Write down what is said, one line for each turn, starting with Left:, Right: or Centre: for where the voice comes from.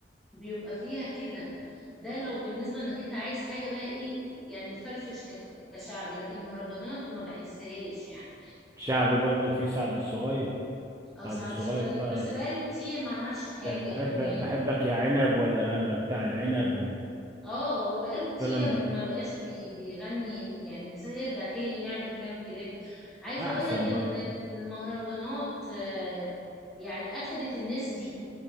Centre: بيبقى فيها كده ده لو بالنسبة انك انت عايز حاجة بقى ايه يعني تفرفش كف- كشعبي لكن مهرجانات ما بحسهاش يعني
Right: والشعبي برضه في سعد الصغير
Centre: اه
Right: سعد
Centre: سعد
Right: الصغير
Centre: الصغير
Right: بقى
Centre: بس بقاله كتير ما عملش حاجة
Right: يعني بحب
Centre: يعني
Right: بحبك يا عنب ولا انا بتاع العنب
Centre: اه هو بقاله كتير
Right: والكلام ده
Centre: ما بقاش بي بيغني يعني الإنسان يرجع تاني يعمل كام كليب عايزة
Right: احسن
Centre: اقول لك ان
Right: برضه
Centre: المهرجانات آه، يعني اخدت الناس دي